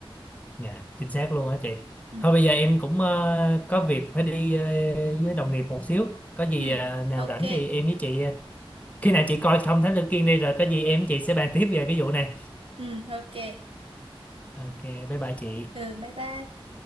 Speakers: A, on the left; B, on the right.
A: dạ chính xác luôn á chị
B: ừ
A: thôi bây giờ em cũng ờ, có việc phải đi ờ, với đồng nghiệp một xíu có gì
B: ừ
A: ờ, nào
B: ok
A: rảnh thì em với chị ờ, khi nào chị coi xong Thám Tử Kiên đi rồi có gì em với chị sẽ bàn tiếp về cái vụ này
B: ừ ok
A: ok bye bye chị
B: ừ bye bye